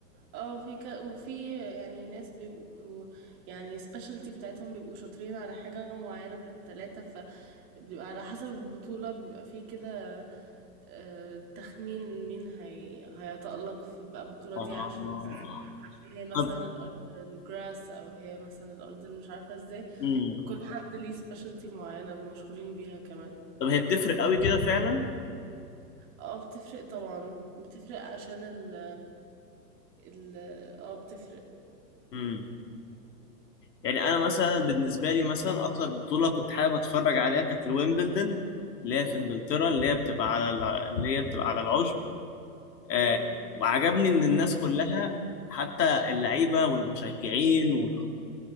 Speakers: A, on the right (about 25°); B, on the left (about 75°).
A: آه، في ك وفي يعني ناس بيبقوا يعني specialty بتاعتهم بيبقوا شاطرين على حاجة معيّنة من ال3 فبيبقى على حسب البطولة بيبقى في كده آآ، تخمين مين هي هيتألق في بقى البطولة
B: آه.
A: دي عشان هي مثلًا
B: طب
A: الأرض الgrass أو هي مثلًا الأرض اللي مش عارفة إزاي،
B: مم.
A: فكل حد ليه specialty معيّنة مشهورين بيها كمان.
B: طب هي بتفرق قوي كده فعلا
A: آه، بتفرق طبعًا، بتفرق عشان ال ال آه، بتفرق.
B: مم. يعني انا مثلا بالنسبة لي مثلا اكتر بطولة كنت حابب اتفرج عليها كانت الويمبلدون اللي هي في انجلترا اللي هي بتبقى على الع... اللي هي بتبقى على العشب آه.
A: إمم.
B: وعجبني ان الناس كلها حتى اللعيبة والمشجعين والحكام